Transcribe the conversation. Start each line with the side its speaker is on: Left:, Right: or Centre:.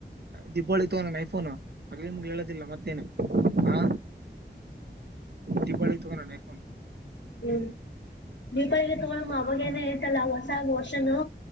Right: ದೀಪಾವಳಿ ನೈಐಫೋನು ಆಗ್ಲಿ ನಿಮ್ ಹೇಳದಿಲ್ಲ ಮತ್ತೇನೆ ಹ ದೀಪಾವಳಿಗ್ ತಗೋಳ ಐಫೋಮ್
Left: ಹ್ಮ್ ದೀಪಾವಳಿಗೆ ತಗಳಮ್ಮ ಅವಾಗ ಏನ ಐತಲ್ಲ ಹೊಸ ವರ್ಷನು